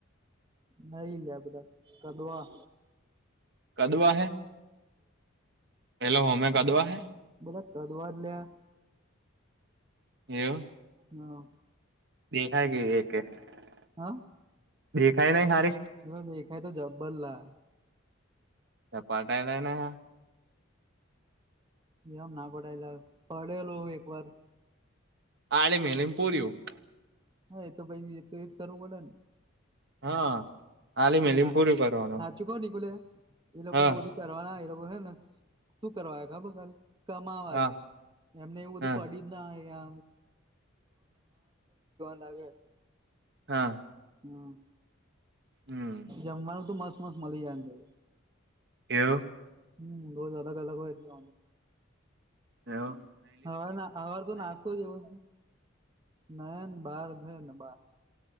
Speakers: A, on the right; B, on the right.
A: નહી લેપતા કદઆ
B: કદવા હૈ પેલો હોમે કદુઆ
A: બધા કદવા જ લ્યા
B: એવ
A: હા
B: <inaudible>
A: હા.
B: દેખાય નહી સારી.
A: ના દેખાય તો જબ્બરલા.
B: તો ટાઈલાને <unintelligible>
A: એમ ના પડાયેલા પડેલું એક વાર <unintelligible>
B: આલેમીલમ પૂરુ <unintelligible>
A: હા એ તો ભાઈ તો એજ કરવું પડે ને <unintelligible>
B: હા આલી
A: પણ
B: મેલીમ
A: ના
B: પૂરું કરવાનું
A: હા ચુકવ ટિકુલે્યા <unintelligible> એ લોકો
B: હા
A: એવું બધું કરવાના એ લોકો હે ને શું કરવાય ખબર ખાલે <unintelligible> કમાવા
B: હા
A: જ એમને એવું બધું
B: હા
A: પડી જ ના હોય લા <unintelligible> <inaudible>
B: હા <unintelligible>
A: હા
B: હમ
A: જમવાનું તો મસ્ત મસ્ત મળી જાય.
B: એવ.
A: હમ રોજ અલગ અલગ હોય એટલે.
B: એવ.
A: હવાર અવાર તો નાસ્તો જ એવો. નાન બાર ભેર ન બા.